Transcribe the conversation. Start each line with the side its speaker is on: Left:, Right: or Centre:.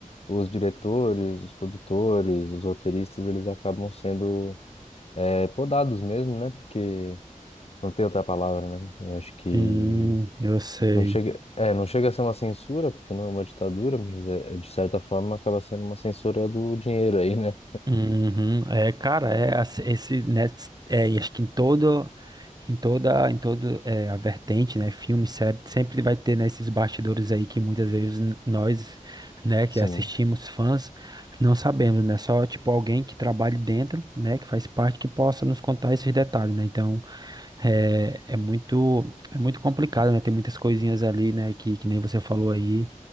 Left: os diretores, os produtores, os roteiristas, eles acabam sendo eh, podados mesmo, né? Porque não tem outra palavra, né? Eu acho que
Right: sim, eu sei.
Left: não chega, é, não chega a ser uma censura, porque não é uma ditadura, mas é, é, de certa forma acaba sendo uma censura do dinheiro aí, né?
Right: Uhum. É, cara, é ass- esse, né, é, e acho que em todo, em toda, em todo é, a vertente, né, filme, série, sempre vai ter, né, esses bastidores aí que muitas vezes n- nós, né, que
Left: Sim,
Right: assistimos fãs, não sabemos, né, só, tipo, alguém que trabalhe dentro, né, que faz parte, que possa nos contar esses detalhes, né, então, é, é muito, é muito complicado, né, tem muitas coisinhas ali, né, que, que nem você falou aí,